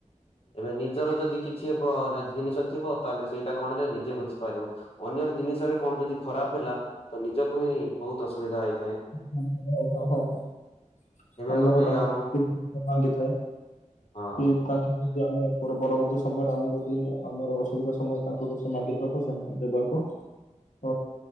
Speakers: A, on the left; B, on the left.
A: ଏବେ ନିଜର ଯଦି କିଛି <unintelligible> ଜିନିଷ ଥିବ ତାହେଲେ ସେଇଟା କଣ ହେଲେ ନିଜେ ବୁଝିପାରିବ ଅନ୍ୟର ଜିନିଷରେ କଣ ଯଦି ଖରାପ ହେଲା ତ ନିଜକୁ ହିଁ ବହୁତ ଅସୁବିଧା ହେଇ
B: ହ ହ ହ <inaudible>
A: ଏବେ
B: ଆମର
A: ଗୋଟେ
B: ତାଙ୍କ
A: ଆମ
B: ଭାଙ୍ଗିଥାଏ
A: ହଁ
B: କି ତାଠ ଯଦି ଆମେ ପରବର୍ତ୍ତୀ ସମୟରେ ଆମେ ଯଦି ଆମର ଅସୁବିଧା ସମୟରେ ତାଙ୍କୁ କି ମାଗିିବା ତ ସେମାନେ ଦେବାକୁ ହ